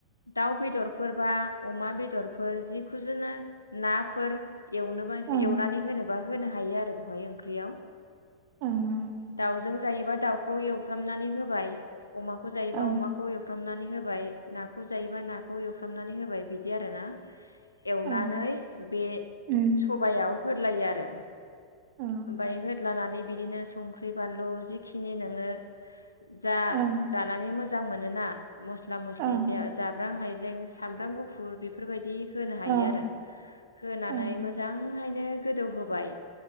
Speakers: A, on the left; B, on the right.
A: दाउ बेदरफोर बा अमा बेदरफोर जिखुजोनो नाफोर एवनोबा
B: ओं
A: एवनानै होनोबा होनो हायो आरो बेवहाय ओंख्रियाव
B: ओं
A: दाउजों जायोबा दाउखौ एवफ्रामनानै होबाय। अमाखौ जायोबा
B: ओं
A: अमाखौ एवफ्रामनानै हो होबाय नाखौ जायोबा नाखौ एवफ्रामनानै होबाय बिदि आरोना एवनानै
B: ओं औ
A: बे
B: उम
A: सबयाव। होदलायो आरो।
B: औ
A: ओमफाय होथ दालानानै बिदिनो संख्रि बानलु जिखिनि नोङो। जा
B: ओं
A: जानानै मोज जां मोनोना। मस्ला मस्लि
B: ओं
A: जा-जाब्रां हाइजें सामब्राम गुफुर बेफोरबायदि होनो हायो
B: औ
A: आरो होनानै
B: औ
A: मोजांहायनो। गोदौ होबाय।